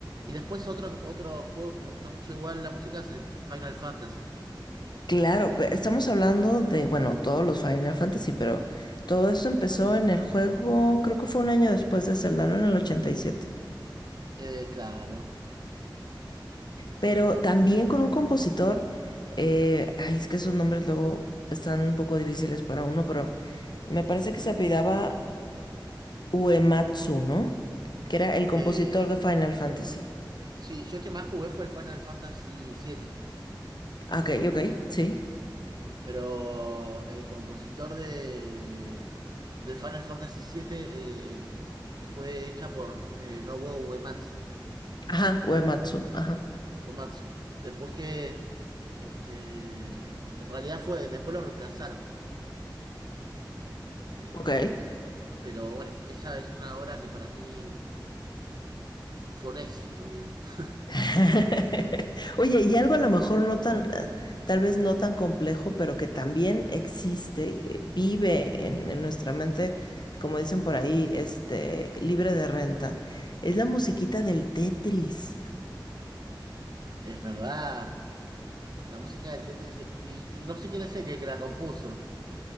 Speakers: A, on the right; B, on the left.
A: y después otro, otro juego que me gusta mucho igual la música es el F- Final Fantasy.
B: Claro, pero estamos hablando de, bueno, todos los Final Fantasy, pero todo esto empezó en el juego, creo que fue un año después de Zelda, ¿no? En el 87.
A: Eh, claro.
B: Pero también con un compositor, eh, ay, es que esos nombres luego están un poco difíciles para uno, pero me parece que se apellidaba Uematsu, ¿no? Que era el compositor
A: Eh,
B: de Final Fantasy.
A: sí, yo el que más jugué fue el Final Fantasy siete.
B: Ah, Ok, ok, sí.
A: Pero el compositor de del Final Fantasy siete eh, eh, fue hecha por eh, Nobuo Uematsu.
B: Ajá, Uematsu, ajá.
A: Uematsu. Después que este, en realidad fue, después lo reemplazaron. Eh,
B: Ok.
A: pero bueno, esa es una obra que para mí fue un éxito, digamos. <laughs>
B: <laughs> Oye, y algo a lo mejor no tan, eh, tal vez no tan complejo, pero que también existe, eh, vive en, en nuestra mente, como dicen por ahí, este, libre de renta, es la musiquita del Tetris.
A: Es verdad. La música del Tetris y, y no sé quién es el que que la compuso.